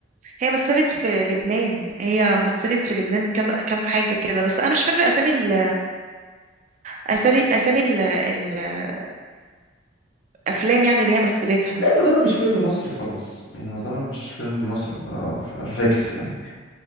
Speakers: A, on the right; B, on the left.
A: هي مثلت في لبنان هي مثلت في لبنان كم كم حاجه كده بس انا مش فاكره اسامي ال... أساري... اسامي ال... ال... الافلام يعني اللي هي مثلتها
B: لا يبقى ده مش فيلم مصري خلاص يعني ما ده مش فيلم مصري آه، ف- فيكس يعني